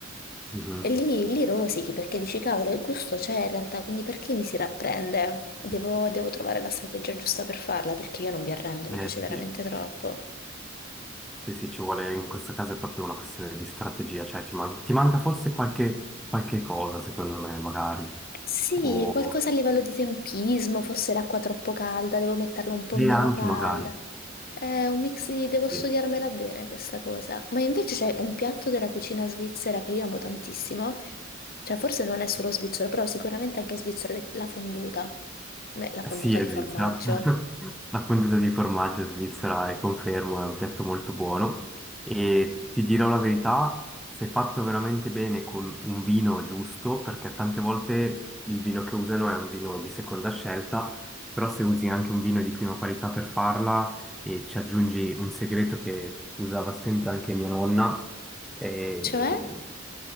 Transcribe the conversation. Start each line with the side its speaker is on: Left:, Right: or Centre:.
Centre: Mhm.
Left: E lì, lì rosichi perché dici, cavolo, il gusto c'è in realtà, quindi perché mi si rapprende? Devo, devo trovare la strategia giusta per farla, perché io non mi arrendo, mi
Centre: Eh,
Left: piace veramente
Centre: sì.
Left: troppo.
Centre: Sì, sì, ci vuole, in questo caso è proprio una questione di strategia, cioè ci man- ti manca forse qualche, qualche cosa, secondo me, magari,
Left: Sì,
Centre: o...
Left: qualcosa a livello di tempismo, forse l'acqua troppo calda, devo metterla un po'
Centre: e
Left: meno
Centre: anche
Left: calda.
Centre: magari.
Left: È un mix di... devo studiarmela
Centre: Sì.
Left: bene questa cosa. Ma invece c'è un piatto della cucina svizzera che io amo tantissimo, cioè forse non è solo svizzero, però sicuramente anche svizzero, ed è la fonduta. Beh, la fonduta
Centre: Sì, è
Left: di
Centre: Svizzera.
Left: formaggio.
Centre: <laughs> La fonduta di formaggio svizzera è confermo, è un piatto molto buono e ti dirò la verità, se fatto veramente bene con un vino giusto, perché tante volte il vino che usano è un vino di seconda scelta, però se usi anche un vino di prima qualità per farla e ci aggiungi un segreto che usava sempre anche mia nonna, eh,
Left: Cioè